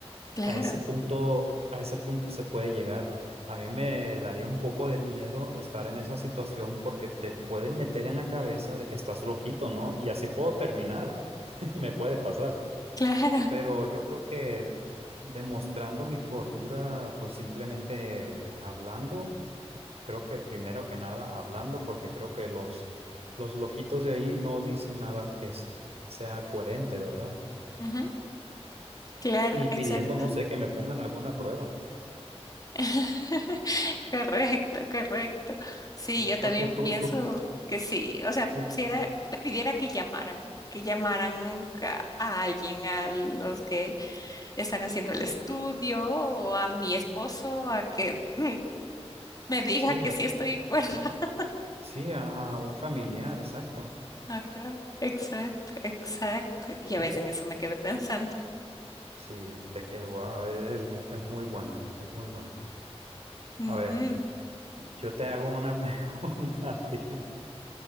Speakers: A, on the left (about 35°); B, on the right (about 70°).
A: Claro,
B: A ese punto, a ese punto se puede llegar. A mí me daría un poco de miedo estar en esa situación porque te pueden meter en la cabeza de que estás loquito, ¿no? Y así puedo terminar. <laughs> Me puede pasar,
A: claro,
B: Eh, pero yo creo que demostrando mi cordura, pues simplemente hablando, creo que primero que nada hablando, porque creo que los, los loquitos de ahí no dicen nada que es- sea coherente, ¿verdad?
A: ujú, claro,
B: Y pidiendo,
A: exacto.
B: no sé, que me pongan alguna prueba,
A: <laughs> Correcto, correcto. Sí, yo también
B: porque tú,
A: pienso
B: tú,
A: que sí. O sea,
B: sí,
A: pusiera, le pidiera que llamaran, que llamaran a, a alguien, a los que están haciendo el estudio, o a mi esposo, a que <laughs> mm, me diga
B: sí,
A: que
B: a-
A: sí estoy cuerda. <laughs>
B: sí, a, a un familiar, exacto.
A: Ajá, exacto, exacto. Y a veces en eso me quedé pensando.
B: Sí, te queda, wow, es, es bu- es muy buena, es muy buena.
A: Ujú.
B: A ver, yo te hago una <laughs> pregunta a ti.